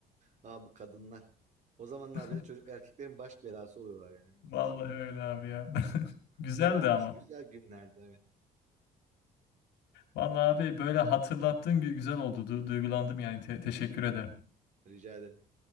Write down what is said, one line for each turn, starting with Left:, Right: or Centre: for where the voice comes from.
Right: ha bu kadınlar. O zamanlar
Left: <laughs>
Right: bile çocuk erkeklerin baş belası oluyorlar yani maalesef.
Left: Vallahi öyle abi ya.
Right: Hı hı.
Left: <laughs> Güzeldi
Right: Ama hoş
Left: ama.
Right: güzel günlerdi evet.
Left: Vallahi abi böyle hatırlattığın gü- güzel oldu. Du- duygulandım yani. Te- teşekkür ederim.
Right: Rica ederim.